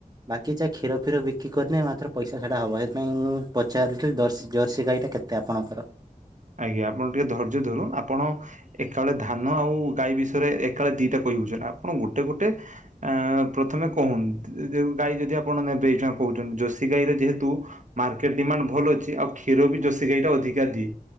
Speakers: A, on the right; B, on the right.
A: ବାକି ଜାହା କ୍ଷୀର ଫିର ବିକ କରିନି ମାତ୍ର ପଇସା ସେଟା ହେବ ହେ ମୁଁ ପଚାରୁଥିଲି ଜର୍ସି ଜର୍ସି ଗାଈଟା କେତେ ଆପଣଙ୍କର?
B: ଆଜ୍ଞା ଆପଣ ଟିକେ ଧୈର୍ଯ୍ୟ ଧରୁ ଆପଣ ଏକାବେଳେ ଧାନ ଆଉ ଗାଈ ବିଷୟରେ ଏକାବେଳେ ଦିଟା କହିବଉଛ ନା ଆପଣ ଗୋଟେ ଗୋଟେ ଆ ପ୍ରଥମେ କହୁନ ଗାଈ ଯଦି ଆପଣ ନେବେ ଏଇ କହୁଛନ୍ତି ଜୋଷୀ ଗାଈର ଯେହେତୁ ମାର୍କେଟ ଡିମାଣ୍ଡ ଭଲ ଅଛି ଆଉ କ୍ଷୀର ବି ଜୋଷୀ ଗାଈଟା ଅଧିକା ଦିଏ।